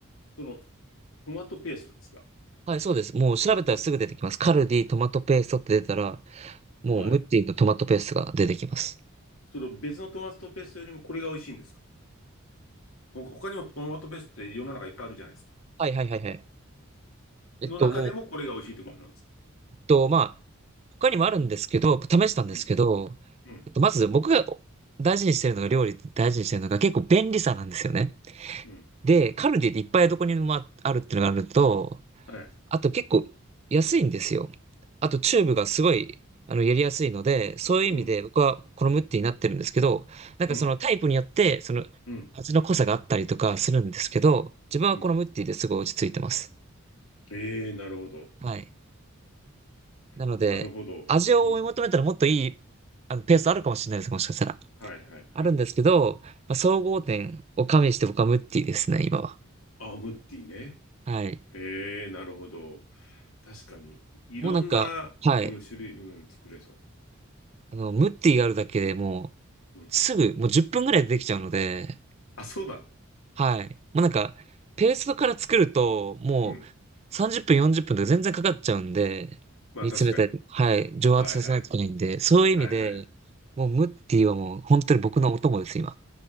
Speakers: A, on the left (about 80°); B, on the right (about 30°).
A: その、トマトペーストですか
B: はい、そうです。もう調べたらすぐ出てきます。カルディトマトペーストって出たら、もうムッティのトマトペーストが出てきます。
A: はい。その別のトマトペーストよりもこれが美味しいんですかほ他にもトマトペーストって世の中いっぱいあるじゃないですか。
B: はいはいはいはい。えっと、
A: の中でもこれが美味しいってことなんですか
B: もうと、まあ、他にもあるんですけど、試したんですけど、
A: うん。うん。
B: えっと、まず僕が大事にしてるのが、料理大事にしてるのが結構便利さなんですよね。
A: うん。
B: で、カルディでいっぱいどこにもああるっていうのがあるのと、
A: はい。
B: あと結構安いんですよ。あとチューブがすごい、あの、やりやすいので、そういう意味で僕はこのムッティになってるんですけど、
A: うん。
B: なんかそのタイプによって、
A: うん。
B: その味の濃さがあったりとかするんですけど、
A: うん。はい。
B: 自分はこのムッティですごい落ち着いてます。
A: うん。ええ、なるほど。
B: はい。なので、
A: なるほど。
B: 味を追い求めたらもっといい、
A: うんうん。
B: あの、ペースあるかもしれないです、もしかしたら。
A: はいはいはい。
B: あるんですけど、まあ、総合点を加味して僕はムッティですね、今は。
A: あ、ムッティね。
B: はい。
A: ええ、なるほど。確かに。いろんな、
B: もうなんか、はい。
A: うん、種類、うん、作れそ
B: あの、ムッティがあるだけでも
A: う。うん。
B: う、すぐ、もう10分ぐらいでできちゃうので、
A: あ、そうだ。
B: はい。もうなんか、ペーストから作ると、も
A: うん。
B: う30分、40分とか全然かかっちゃうんで、
A: まあ確かに。
B: 煮詰めたり、はい、蒸発させないといけないんで、
A: はいはい。
B: そういう意味で、
A: はいは
B: もうムッティはもう本当に僕のお供です、今。